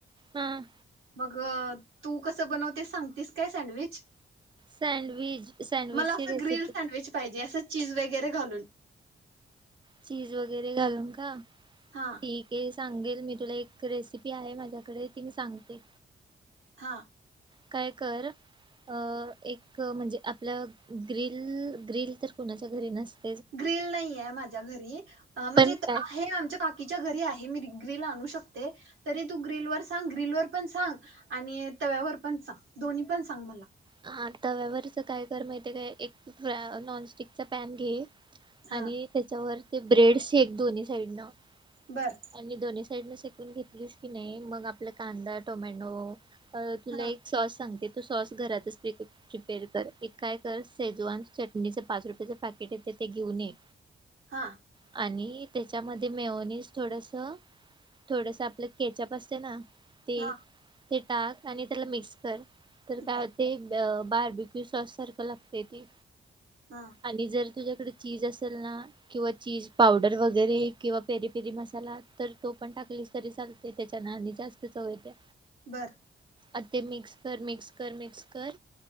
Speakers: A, on the right; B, on the right.
A: हम्.
B: मग तू कसं बनवते? सांगतीस काय सँडविच?
A: सँडविच सँडविचची
B: मला अस
A: रेसिपी
B: ग्रिल सँडविच पाहिजे असं चीज वगैरे घालून.
A: चीज वगैरे घालून का?
B: हा
A: ठीक आहे. सांगेल मी तुला एक. रेसिपी आहे माझ्या कडे ती मी सांगते
B: हा
A: काय कर अ एक म्हणजे आपल्या ग्रल ग्रिल तर कोणाच्या घरी नसत.
B: ग्रिल नाही आहे माझ्या घरी म्हणजे
A: पण काय
B: आहे आमच्या काकीच्या घरी आहे. हे मी ग्रील आणू शकते. तरी तू ग्रिल वर सांग ग्रिलवर पण सांग आणि तव्यावर पण सांग दोन्ही पण सांग मला
A: हा तव्यावरच काय? कर माहिते काय? एक नॉनस्टिकचा पॅन घे. आणि
B: हा
A: त्याच्यावर ते ब्रेडसे एक दोन्ही साईड ना,
B: बर
A: आणि दोन साईडन शेकून घेतलीस की नाही मग आपला कांदा, टोमॅटो अ तुला
B: हा
A: एक सॉस सांग तो सॉस घरातच प्रिपे प्रिपेअर कर. एक काय तर शेजवान चटणीचे पाच रुप तेच पॅकेट येतंय ते घेऊन ये.
B: हा
A: आणि तेच्यामध्ये मेयोनीज थोडस, थोडस आपलं केचप असतं ना ते
B: हा
A: ते टाक आणि त्याला मिक्स कर तर
B: बर
A: काय होते द बारबीक्यु साँस सारख लागतयं ते.
B: हा
A: आणि जर तुझ्या तुझ्या कडं चीज असेल ना, किंवा चीज पावडर वगैरे किंवा पेरी पेरी मसाला तर तो पण टाकलीस तरी चालतयं त्याच्यान आणि जास्त चव येत्या.
B: बरं.
A: अ ते मिक्सर मिक्स कर मिक्स कर